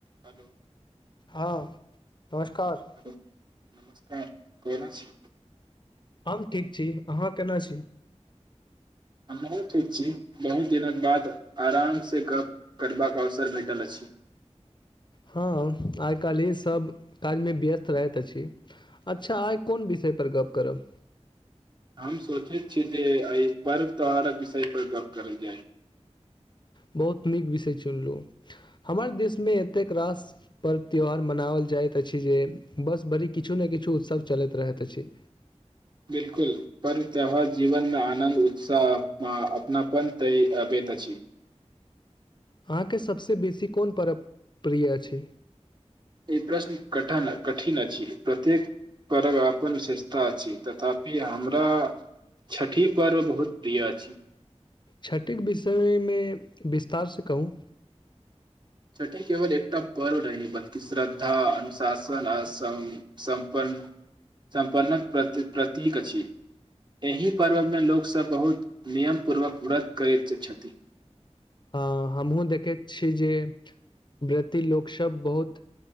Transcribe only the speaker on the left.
हाँ नमस्कार
हम ठीक छी अहाँ केना छी
हँ आइ काल्हि सभ काजमे व्यस्त रहैत अछि अच्छा आइ कोन विषयपर गप करब
बहुत नीक विषय चुनलु हमर देशमे एतेक रास पर्व त्यौहार मनाबल जाइत अछि जे बस बड़ी किछु ने किछु उत्सव चलैत रहैत अछि
अहाँके सभसँ बेसी कोन परव बढ़िया छै
छठिम विषयमे विस्तारसे कहू
हँ हमहूँ देखैत छी जे व्रती लोकसभ बहुत